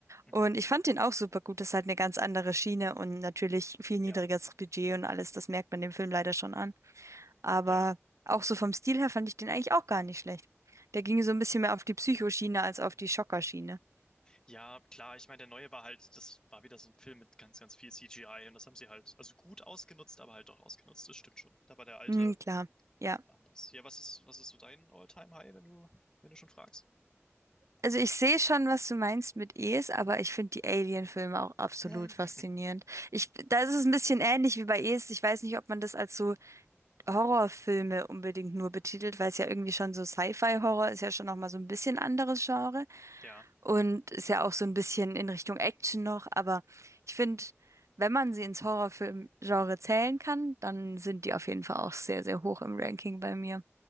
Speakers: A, on the left; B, on the right.
A: Mhm.
B: Und ich fand den auch super gut. Das ist halt eine ganz andere Schiene und natürlich viel niedrigeres
A: Ja,
B: Budget und alles. Das merkt man dem Film leider schon an. Aber
A: ja,
B: auch so vom Stil her fand ich den eigentlich auch gar nicht schlecht. Der ging so ein bisschen mehr auf die Psychoschiene als auf die Schockerschiene.
A: ja, klar. Ich meine, der neue war halt, das war wieder so ein Film mit ganz, ganz viel CGI und das haben sie halt, also gut ausgenutzt, aber halt auch ausgenutzt. Das stimmt schon. Da war der alte
B: Hm, klar, ja.
A: anders. Ja, was ist, was ist so dein All-Time-High, wenn du, wenn du schon fragst?
B: Also ich sehe schon, was du meinst mit Es, aber ich finde die Alien-Filme auch absolut
A: <laughs>
B: faszinierend. Ich, da ist es ein bisschen ähnlich wie bei Es. Ich weiß nicht, ob man das als so Horrorfilme unbedingt nur betitelt, weil es ja irgendwie schon so Sci-Fi-Horror ist ja schon noch mal so ein bisschen anderes Genre
A: Ja,
B: und ist ja auch so ein bisschen in Richtung Action noch. Aber ich finde, wenn man sie ins Horrorfilm-Genre zählen kann, dann sind die auf jeden Fall auch sehr, sehr hoch im Ranking bei mir.